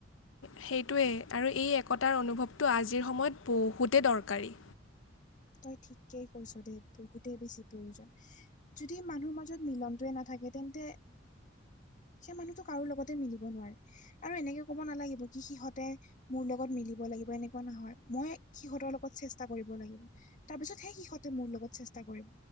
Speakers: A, on the left (about 80°); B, on the left (about 40°).
A: সেইটোৱেই আৰু এই একতাৰ অনুভৱটো আজিৰ সময়ত বহুতেই দৰকাৰী।
B: তই ঠিকৈই কৈছ দে বহুতেই বেছি প্ৰয়োজন। যদি মানুহ মাজত মিলনটোৱে নাথাকে তেন্তে সেই মানুহটো কাৰো লগতে মিলিব নোৱাৰে আৰু এনেকে ক'ব নালাগিব কি সিহঁতে মোৰ লগত মিলিব লাগিব এনেকুৱা নহয় মই সিহঁতৰ লগত চেষ্টা কৰিব লাগিব। তাপিছত সে সিহঁতে মোৰ লগত চেষ্টা কৰিম